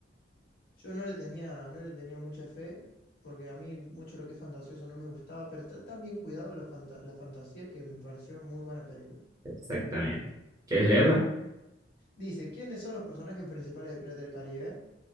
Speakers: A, on the left (about 55°); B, on the right (about 20°).
A: Yo no le tenía, no le tenía mucha fe, porque a mí mucho lo que es fantasioso no me gustaba, pero está tan bien cuidado lo fanta- la fantasía que me pareció muy buena película.
B: Exactamente. ¿Quieres leerla?
A: Dice, ¿quiénes son los personajes principales de Pirata del Caribe?